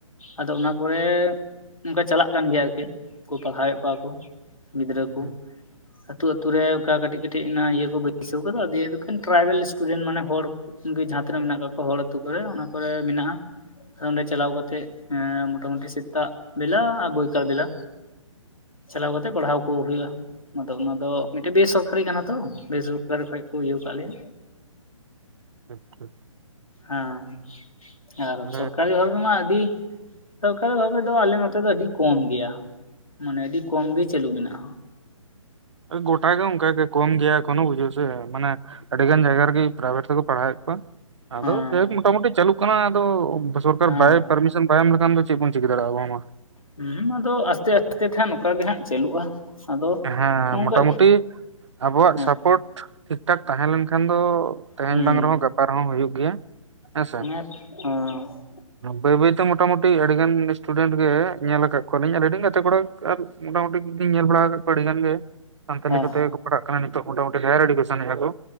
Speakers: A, on the left; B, on the right.
A: ᱟᱫᱚ ᱚᱱᱟ ᱠᱚᱨᱮ ᱚᱱᱠᱟ ᱪᱟᱞᱟᱜ᱾ ᱪᱟᱞᱟᱜ ᱠᱟᱱ ᱜᱮᱭᱟ ᱟᱨᱠᱤ ᱯᱟᱲᱦᱟᱣᱮᱫ ᱠᱚᱣᱟ ᱠᱚ ᱜᱤᱫᱽᱨᱟᱹ ᱠᱚ᱾
B: ᱦᱩᱸ
A: ᱟᱹᱛᱩ ᱟᱹᱛᱩ ᱨᱮ ᱚᱱᱠᱟ ᱠᱟᱹᱴᱤᱡ ᱠᱟᱹᱴᱤᱡ ᱤᱭᱟᱹ ᱠᱚ ᱵᱟᱹᱭᱥᱟᱹᱣ ᱠᱟᱫᱟ ᱫᱠᱷᱟᱱ ᱴᱨᱟᱭᱵᱮᱞ ᱥᱤᱥᱴᱩᱰᱮᱱᱴ ᱢᱟᱱᱮ ᱦᱚᱲ᱾ ᱡᱟᱦᱟᱸ ᱛᱤᱱᱟᱹ ᱢᱮᱱᱟᱜ ᱠᱟᱜ ᱠᱚᱣᱟ ᱦᱚᱲ ᱟ ᱟᱹᱛᱩᱳ ᱠᱚᱨᱮ ᱚᱱᱟ ᱠᱚᱨᱮ ᱢᱮᱱᱟᱜᱼᱟ᱾ ᱚᱸᱰᱮ ᱪᱟᱞᱟᱣ ᱠᱟᱛᱮᱜ ᱢᱚᱴᱟ ᱢᱩᱩᱴᱤ ᱥᱮᱛᱟᱜ ᱵᱮᱞᱟ ᱵᱳᱭ᱾ ᱥᱚᱨᱠᱟᱨ ᱵᱮᱞᱟ ᱪᱟᱞᱟᱣ ᱠᱟᱛᱮ ᱯᱟᱲᱦᱟᱣ ᱠᱚ ᱦᱩᱭᱩᱜᱼᱟ ᱟᱫᱚ ᱚᱱᱟ ᱫᱚ ᱢᱤᱫᱴᱮᱱ ᱵᱮᱥᱚᱨᱠᱟᱨᱤ ᱠᱟᱱᱟ᱾ ᱛᱚ ᱵᱮᱥᱚᱨᱠᱟᱨ ᱠᱷᱚᱡ ᱠᱚ ᱤᱭᱟᱹ ᱟᱠᱟᱫ ᱞᱮᱭᱟ᱾
B: ᱟᱪᱪᱷᱟ,
A: ᱦᱮᱸ ᱟᱨ
B: ᱢᱟᱱᱮ
A: ᱥᱚᱨᱠᱟᱨᱤ ᱵᱷᱟᱵᱮ ᱨᱮᱢᱟ ᱟᱹᱰᱤ, ᱥᱚᱨᱠᱟᱨᱤ ᱵᱷᱟᱵᱮ ᱫᱚ ᱟᱞᱮ ᱱᱚᱛᱮ ᱫᱚ ᱟᱹᱰᱤ ᱠᱚᱢ ᱜᱮᱭᱟ ᱢᱟᱱᱮ ᱟᱹᱰᱤ ᱠᱚᱢ ᱜᱮ ᱪᱟᱹᱞᱩ ᱢᱮᱱᱟᱜᱼᱟ᱾
B: ᱜᱚᱴᱟ ᱜᱮ ᱚᱱᱠᱟᱜ ᱠᱚᱢ ᱜᱮᱭᱟ ᱮ ᱠᱚᱱᱚ ᱵᱩᱡᱷᱟᱹᱣ ᱥᱮ ᱢᱟᱱᱮ, ᱟᱹᱰᱤ ᱜᱟᱱ ᱡᱟᱭᱜᱟ ᱨᱮᱜᱮ ᱯᱨᱟᱭᱵᱷᱮᱴ ᱛᱮᱠᱚ ᱯᱟᱲᱦᱟᱣᱮᱫ ᱠᱚᱣᱟ, ᱟᱫᱚ
A: ᱦᱮᱸ
B: ᱡᱟᱭᱦᱳᱠ ᱢᱚᱴᱟᱢᱩᱴᱤ ᱪᱟᱹᱞᱩᱜ ᱠᱟᱱᱟ ᱟᱫᱚ ᱥᱚᱨᱠᱟᱨ
A: ᱦᱮᱸ
B: ᱵᱟᱭ ᱯᱟᱨᱢᱤᱥ, ᱵᱟᱭ ᱮᱢ ᱞᱮᱠᱷᱟᱱ ᱫᱚ ᱪᱮᱫ ᱵᱚᱱ ᱪᱤᱠᱟᱹ ᱫᱟᱲᱮᱭᱟᱜᱼᱟᱵ ᱢᱟ,
A: ᱦᱮᱸ ᱟᱫᱚ ᱟᱥᱛᱮ ᱟᱥᱛᱮ ᱛᱮᱦᱜ ᱱᱚᱝᱠᱟᱟᱜ ᱜᱮ ᱦᱜ ᱪᱟᱹᱞᱩᱜᱼᱟ ᱟᱫᱚ,
B: ᱦᱮᱸ
A: ᱱᱚᱝᱠᱟ
B: ᱢᱚᱴᱟ ᱢᱩᱴᱤ ᱟᱵᱚᱣᱟᱜ
A: ᱦᱮᱸ
B: ᱥᱟᱯᱳᱴ ᱴᱷᱤᱠ ᱴᱷᱟᱠ ᱛᱟᱦᱮᱸ ᱞᱮᱱᱠᱷᱟᱱ ᱫᱚ ᱛᱮᱦᱮᱧ
A: ᱦᱩᱸ
B: ᱵᱟᱝ ᱨᱮᱦᱚᱸ ᱜᱟᱯᱟ ᱨᱮᱦᱚᱸ ᱦᱩᱭᱩᱜ ᱜᱮᱭᱟ᱾ ᱦᱮᱸᱥᱮ
A: <inaudible>
B: ᱵᱟᱹᱭ ᱵᱟᱹᱭ ᱛᱮ ᱢᱚᱴᱟᱢᱩᱴᱤ ᱟᱹᱰᱤ ᱜᱟᱱ ᱥᱴᱩᱰᱮᱱᱴ ᱜᱮ ᱧᱮᱞ ᱟᱠᱟᱫ ᱠᱚᱞᱤᱧ ᱟᱞᱤᱧ ᱜᱟᱛᱮ ᱠᱚᱲᱟ ᱟᱨ ᱢᱚᱴᱟᱢᱩᱴᱤᱧ ᱧᱮᱞ ᱵᱟᱲᱟ ᱟᱠᱟᱫ ᱠᱚᱣᱟ ᱟᱹᱰᱤ ᱜᱟᱱ ᱜᱮ ᱥᱟᱱᱛᱟᱞᱤ
A: ᱦᱮᱸ
B: ᱠᱚᱛᱮ ᱯᱟᱲᱦᱟᱜ ᱠᱟᱱᱟ ᱱᱤᱛᱚᱜ ᱢᱚᱴᱟᱢᱩᱴᱤ ᱦᱟᱭᱟᱨ ᱮᱰᱩᱠᱮᱥᱚᱱ ᱮᱫᱟ ᱠᱚ